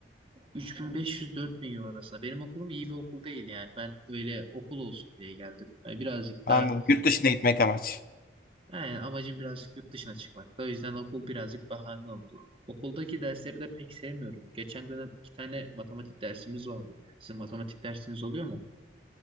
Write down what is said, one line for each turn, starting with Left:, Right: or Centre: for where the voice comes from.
Right: 3500-4000 euro arasında. Benim okulum iyi bir okul değil yani. Ben öyle okul olsun diye geldim. Yani birazcık
Left: Anladım.
Right: daha
Left: Yurt dışına gitmek amaç.
Right: yani amacım birazcık yurt dışına çıkmak. O yüzden okul birazcık bahane oldu. Okuldaki dersleri de pek sevmiyorum. Geçen dönem iki tane matematik dersimiz vardı. Sizin matematik dersiniz oluyor mu?